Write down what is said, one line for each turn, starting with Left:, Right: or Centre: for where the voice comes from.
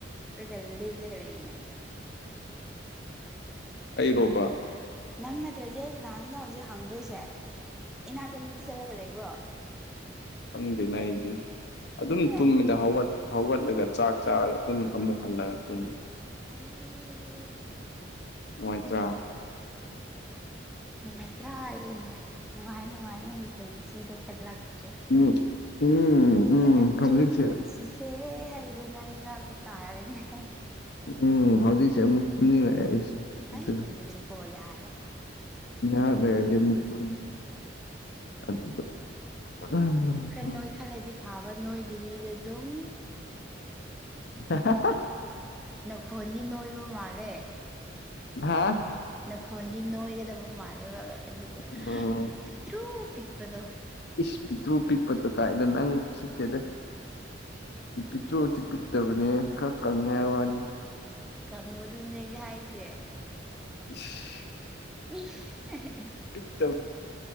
Centre: ꯔꯒ ꯂꯦꯜꯂꯒ ꯂꯩꯔꯤꯅꯣ
Left: ꯑꯩꯔꯣꯕ
Centre: ꯅꯪ ꯅꯠꯇ꯭ꯔꯗꯤ ꯑꯩ ꯀꯅꯥꯗꯅꫭ ꯍꯧꯖꯤꯛ ꯍꯪꯗꯣꯏꯁꯦ ꯏꯅꯥꯛꯇ ꯃꯤ ꯆꯠꯂꯒ ꯂꯩꯕ꯭ꯔꯣ
Left: ꯈꯪꯗꯦꯅ‌ꯦ ꯑꯩꯗꯤ ꯑꯗꯨꯝ
Centre: ꯑꯦ
Left: ꯇꯨꯝꯃꯤꯗ ꯍꯧꯒꯠ ꯍꯧꯒꯠꯂꯒ ꯆꯥꯛ ꯆꯥꯔꯒ ꯑꯗꯨꯝ ꯑꯃꯨꯛ ꯍꯜꯂꯒ ꯑꯗꯨꯨꯝ ꯇꯨꯝ
Centre: ꯑꯩ
Left: ꯅꯨꯉꯥꯏꯇ꯭ꯔꯥ
Centre: ꯅꯨꯡꯉꯥꯏꯇ꯭ꯔꯥ ꯌ‌ꯦ ꯅꯨꯡꯉꯥꯏ ꯅꯨꯡꯉꯥꯏ ꯅꯪꯒꯤ ꯄꯨꯟꯁꯤꯗꯣ ꯀꯜꯂꯛꯆꯩ
Left: ꯎꯝ ꯎꯝ ꯎꯝ
Centre: ꯀꯂꯛꯆꯩ
Left: ꯍꯧꯖꯤꯛꯁꯦ
Centre: ꯄꯨꯟꯁꯤꯁꯦ ꯍꯥꯏꯕꯗꯨ ꯅꯪꯅ ꯇꯥꯔꯦꯅꯦ
Left: ꯎꯝ ꯍꯧꯖꯤꯛꯁꯦ ꯑꯃꯨꯛꯅꯤꯔꯛꯑꯦ ꯑꯩꯁꯦ ꯑꯗꯨ
Centre: ꯑꯩ ꯄꯦꯜꯂꯤꯀꯣ ꯌꯥꯔꯦ
Left: ꯉꯥꯏꯍꯥꯛ ꯂꯩꯔꯗꯤ ꯃꯨꯛ ꯇꯨꯝꯃꯅꯤ ꯑꯗꯨꯒ ꯎꯝ,
Centre: ꯈꯔ ꯅꯣꯏ ꯈꯜꯂꯗꯤ ꯐꯥꯕ ꯅꯣꯏꯗꯕꯤꯗ ꯑꯗꯨꯝ
Left: <unintelligible>
Centre: ꯅꯈꯣꯟꯅꯤ ꯅꯣꯏꯕ ꯃꯥꯜꯂꯦ
Left: ꯍꯥꯥ
Centre: ꯅꯈꯣꯟꯗꯤ ꯅꯣꯏꯒꯗꯕ ꯃꯥꯜꯂꯦꯕ ꯑꯗꯨꯒ
Left: ꯎꯝ
Centre: ꯄꯤꯛꯇ꯭ꯔꯨ ꯄꯤꯛꯄꯗꯣ
Left: ꯏꯁ ꯄꯤꯛꯇ꯭ꯔꯨ ꯄꯤꯛꯄꯗꯨ ꯀꯥꯏꯅ ꯅꯪ ꯎꯁꯤꯠꯇꯦꯗ꯫ ꯄꯤꯛꯇ꯭ꯔꯨꯗꯤ ꯄꯤꯛꯇꯕꯅꯦꯍ‌ꯦ ꯈꯔ ꯀꯪꯉꯦ ꯍꯥꯏꯕ ꯋꯥꯅꯤ
Centre: ꯀꯪꯕꯗꯨꯅ‌ꯦ ꯑꯩꯖꯨ ꯍꯥꯏꯁ‌ꯦ
Left: ꯏꯁ
Centre: <unintelligible>
Left: ꯄꯤꯛꯇꯞ